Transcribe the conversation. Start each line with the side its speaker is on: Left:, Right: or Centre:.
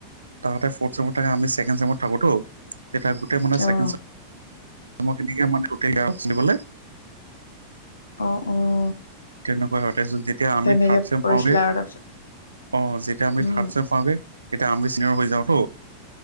Right: তাহাতে ফৰ্থ চছেমত থাকে আমি ছেকেণ্ড চেমত। থাকোতো গোটেই মানে ছেকেণ্ড
Left: অ
Right: চেমৰ খিনিকে মানে গোটেই আৰু চলিবলে।
Left: অ'-অ'
Right: তেনেকুৱা হয় তাৰপিছত যেতিয়া আমি
Left: তেনেকে
Right: থাৰ্ড চেম
Left: কৰিছিলা
Right: পাওঁগৈ
Left: আৰু তাৰপিছত
Right: অ' যেতিয়া আমি
Left: উম
Right: থাৰ্ড চেম পাওঁগৈ তেতিয়া আমি চিনিয়ৰ হৈ যাওঁতো